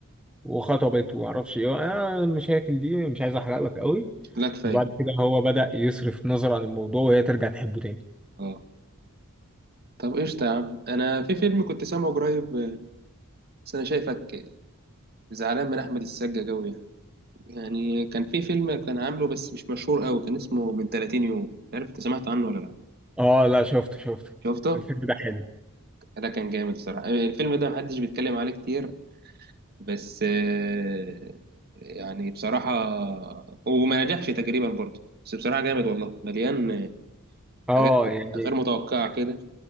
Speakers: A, in the centre; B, on the right.
A: وخطبت ومعرفش ايه انا المشاكل دي مش عايز احرق لك قوي
B: لا كفايه
A: وبعد كده هو بدأ يصرف نظر عن الموضوع وهي ترجع تحبه تاني
B: اه طب قشطة يا عم أنا في فيلم كنت سامعه قريب آه، بس أنا شايفك زعلان من أحمد السقا أوي يعني يعني كان في فيلم كان عامله بس مش مشهور أوي كان اسمه من 30 يوم مش عارف أنت سمعت عنه ولا لأ
A: اه لا شفته شفته
B: شفته؟
A: الفيلم ده حلو
B: ده كان جامد الصراحة آه، الفيلم ده محدش بيتكلم عليه كتير بس آه، يعني بصراحة وما نجحش تقريبا برضه بس بصراحة جامد والله مليان آه، حاجات
A: اه يعني
B: غير متوقعة كده